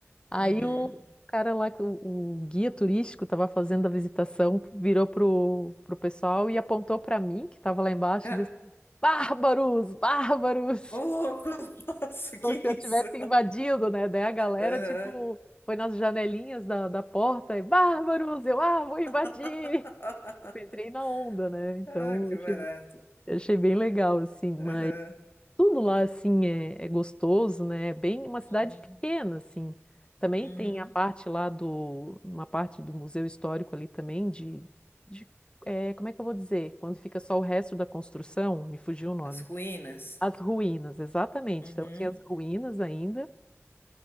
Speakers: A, on the left; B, on the left.
A: Aí
B: uhum.
A: o cara lá, que o, o guia turístico tava fazendo a visitação, virou pro, pro pessoal e apontou pra mim, que tava lá embaixo,
B: Ah,
A: e disse, bárbaros, bárbaros,
B: ô louco, <laughs> nossa,
A: <laughs>
B: que
A: como
B: isso?
A: se eu tivesse invadido, né, daí a galera,
B: Aham.
A: tipo, foi nas janelinhas da, da porta e, bárbaros, eu, ah, vou invadir!
B: <laughs>
A: Tipo, entrei na onda, né? Então,
B: Ah, que barato.
A: Eu achei bem legal, assim, mas
B: Aham.
A: tudo lá, assim, é, é gostoso, né? É bem uma cidade
B: Uhum.
A: pequena, assim. Também
B: Uhum.
A: tem a parte lá do, uma parte do Museu Histórico ali também, de, de é, como é que eu vou dizer? Quando fica só o resto da construção, me fugiu o nome.
B: As ruínas.
A: As ruínas, exatamente.
B: Uhum.
A: Então tinha as ruínas ainda,